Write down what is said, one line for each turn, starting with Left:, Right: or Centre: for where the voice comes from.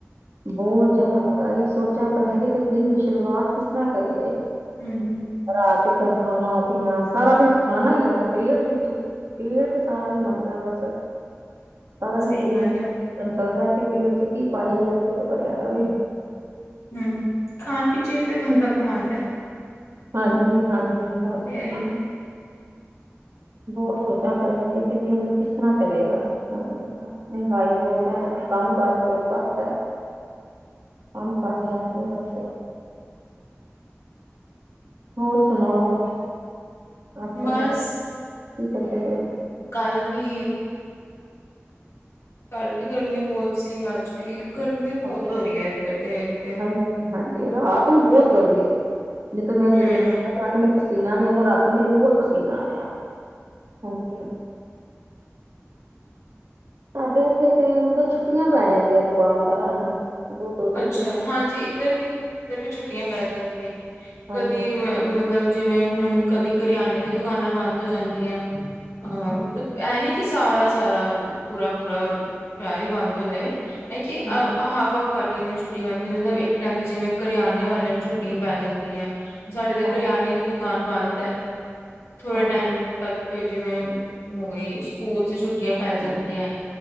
Right: ਬੌਤ ਜ਼ਿਆਦਾ ਮਗਾਈ ਸੋਚਣਾ ਪੈਗਾ ਕਿ ਦਿਨ ਦੀ ਸ਼ੁਰੂਆਤ ਕਿਸ ਤਰ੍ਹਾਂ ਕਰੀਏ।
Left: ਹਮ, ਹਮ।
Right: ਰਾਤ ਇੱਕਣ ਖਾਣਾ-ਪੀਣਾ ਸਾਰਾ ਦਿਨ ਖਾਣਾ ਈ ਏ ਨਾ ਪੇਟ ਵਿੱਚੋ। ਪੇਟ ਸਾਰਾ ਦਿਨ ਮੰਗਦਾ ਬਸ। ਸਾਰਾ ਦਿਨ
Left: ਸਹੀ
Right: ਪੇਟ
Left: ਗੱਲ
Right: ਦਾ
Left: ਏ
Right: ਸਿਸਟਮ ਚੱਲਦਾ ਕਿ ਪੇਟ ਚ ਕੀ ਪਾਈਏ ਢਿੱਡ ਭਰਿਆ ਰਵੇ।
Left: ਹਮ, ਖਾਣ ਪਿੱਛੇ ਤੇ ਬੰਦਾ ਕੰਮਾਂਦਾ।
Right: ਹਾਂਜੀ-ਹਾਂਜੀ ਬਸ।
Left: ਤੇ ਹੈ ਹੀ ਨਾ
Right: ਬੌਤ ਸੋਚਾਂ ਪੈਂਣੇ ਦੇ ਕੈ ਦਿਨ ਕਿਸ ਤਰ੍ਹਾਂ ਚਲੇਗਾ ਕਿਸ ਤਰ੍ਹਾਂ ਚਲੇਗਾ। ਮਹਿੰਗਾਈ ਬੌਤ ਏ, ਕੰਮ ਕਾਜ ਬੌਤ ਘੱਟ ਏ। ਕੰਮ ਕਾਜ ਹੈ ਨਈਂ ਬਸ। ਹੋਰ ਸੁਣਾਓ, ਅੱਜ ਕੱਲਾ
Left: ਬਸ
Right: ਕੀ ਕਰਦੇ ਪਏ?
Left: ਕੱਲ ਵੀ ਕੱਲ ਵੀ ਗਰਮੀ ਬੌਤ ਸੀ ਅੱਜ ਵੀ, ਗਰਮੀ ਬੌਤ
Right: ਹਾਂਜੀ
Left: ਹੋ ਰਹੀ ਹੈ ਇੱਧਰ ਤੇ ਇਕ ਤੇ।
Right: ਹਾਂਜੀ ਹਾਂਜੀ ਰਾਤ ਨੂੰ ਬੌਤ ਗਰਮੀ ਸੀ, ਜਿਥੇ ਨਾ ਕਿੱਥੇ
Left: ਹੂੰ-ਹੂੰ
Right: ਖਾਜ ਆ ਰਹੀ ਮੈਣ ਪਸੀਨਾ ਨੀ ਆਂਦਾ ਰਾਤੀ ਮੈਨੂੰ ਬੌਤ ਪਸੀਨਾ ਆਇਆ, ਹਾਂਜੀ। ਸਾਡੇ ਇੱਥੇ ਤੇ ਮਤਲਬ ਛੁੱਟੀਆਂ ਪੈ ਜਾਂਦੀਆਂ ਦੁਕਾਨਦਾਰਾਂ ਨੂੰ। ਦੋ-ਦੋ, ਤਿੰਨ-ਤਿੰਨ
Left: ਅੱਛਾ, ਹਾਂਜੀ ਇੱਧਰ ਵੀ, ਇੱਧਰ ਵੀ ਛੁੱਟੀਆਂ ਪੈ ਜਾਂਦੀਆਂ, ਕਦੀ
Right: ਹਾਂਜੀ,
Left: ਵ ਮਤ ਲਬ ਜਿਵੇਂ ਹੁਣ ਕਦੀ ਕਰਿਆਨੇ ਦੀ ਦੁਕਾਨਾਂ ਬੰਦ ਹੋ ਜਾਂਦੀਆਂ ਆਹ
Right: ਹੂੰ,
Left: ਮਤਲਬ। ਐ ਨੀ ਕਿ ਸਾਰਾ-ਸਾਰਾ ਪੂਰਾ-ਪੂਰਾ ਸਾਰੇ ਬੰਦ ਹੋ ਜਾਏ ਇੱਕ
Right: ਹੂੰ,
Left: ਹਾਫ-ਹਾਫ। ਬਾਕੀ ਜਿਵੇਂ ਛੁੱਟੀ ਪੈਂਦੀ ਮਤਲਬ ਇੱਕ ਟਾਈਮ ਤੇ ਜਿਵੇਂ ਕਰਿਆਨੇ ਵਾਲਿਆਂ ਨੂੰ ਛੁੱਟੀਆਂ ਪੈ ਜਾਂਦੀਆਂ ਏ। ਸਾਡੇ ਤੇ
Right: ਹਾਂ
Left: ਕਰਿਆਨੇ
Right: ਹਾਂਜੀ।
Left: ਦੀ ਦੁਕਾਨ ਬੰਦ ਏ ਥੋੜ੍ਹੇ
Right: ਹਾਂਜੀ,
Left: ਟਾਈਮ ਤੱਕ ਕੇ ਜਿਵੇਂ, ਹੋਈ ਸਕੂਲ ਚ ਛੁੱਟੀਆਂ ਪੈ ਜਾਂਦੀ ਐ।